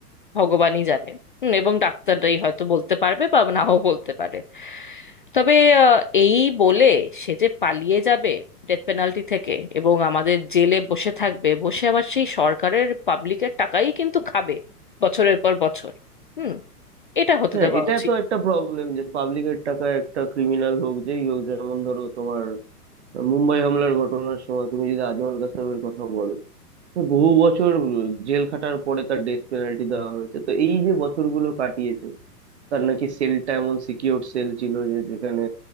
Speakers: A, on the left (about 35°); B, on the right (about 45°).
A: ভগবানই জানে হুম, এবং ডাক্তাররাই হয়তো বলতে পারবে বা নাও বলতে পারে তবে আহ, এই বলে সে যে পালিয়ে যাবে ডেথ পেনাল্টি থেকে এবং আমাদের জেলে বসে থাকবে বসে আবার সেই সরকারের পাবলিকের টাকাই কিন্তু খাবে বছরের পর বছর হুম এটা হতে
B: হ্যাঁ
A: দেওয়া
B: এটা
A: উচিত
B: তো একটা প্রবলেম যে পাবলিকের টাকা একটা ক্রিমিনাল হোক যেই হোক যেমন ধরো তোমার মুম্বাই হামলার ঘটনার সময় তুমি যদি আজমল কাসাবের কথা বলো তো বহু বছর জেল খাটার পরে তার ডেথ পেনাল্টি দেওয়া হয়েছে তো এই যে বছরগুলো কাটিয়েছে তার নাকি সেলটা এমন সিকিউর সেল ছিল যে যেখানে